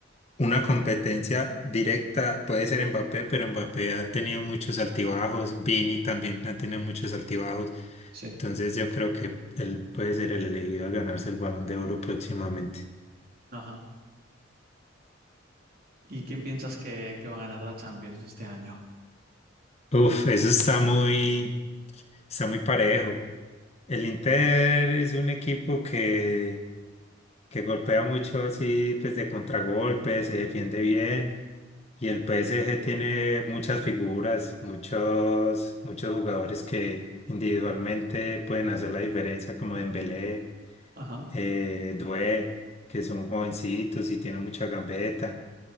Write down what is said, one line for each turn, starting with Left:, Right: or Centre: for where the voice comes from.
Left: una competencia directa. Puede ser Mbappé, pero Mbappé ha tenido muchos altibajos. Vini también ha tenido muchos altibajos.
Right: sí.
Left: Entonces yo creo que él puede ser el elegido a ganarse el Balón de Oro próximamente.
Right: Ajá. ¿Y quién piensas que, que va a ganar la Champions este año?
Left: Uf, eso está muy, está muy parejo. El Inter es un equipo que que golpea mucho así, pues de contragolpe, se defiende bien. Y el PSG tiene muchas figuras, muchos, muchos jugadores que individualmente pueden hacer la diferencia, como Dembélé,
Right: Ajá.
Left: eh, Doué, que son jovencitos y tienen mucha gambeta.